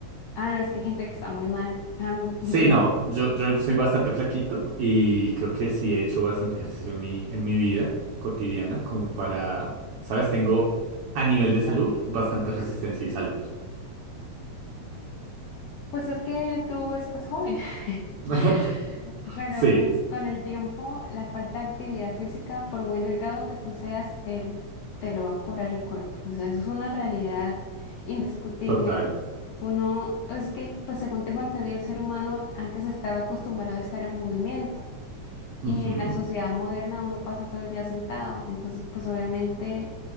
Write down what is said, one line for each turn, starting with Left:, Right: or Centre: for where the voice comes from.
Left: Ah, no, es que hay gente que está muy mal. Am- <laughs>
Right: Sí,
Left: digamos
Right: no, yo, yo soy bastante flaquito y creo que sí he hecho bastante ejercicio en mi, en mi vida cotidiana, como para, ¿sabes? Tengo a nivel de salud bastante resistencia y salud.
Left: Pues es que tú estás joven, <laughs>
Right: <laughs>
Left: pero
Right: Sí,
Left: pues con el tiempo la falta de actividad física, por muy delgado que tú seas, él te lo va a cobrar el cuerpo. O sea, eso es una realidad indiscutible.
Right: total.
Left: Uno, es que, pues según tengo entendido, el ser humano antes estaba acostumbrado a estar en movimiento.
Right: Ujú.
Left: Y en la sociedad moderna uno pasa todo el día sentado. Entonces, pues obviamente,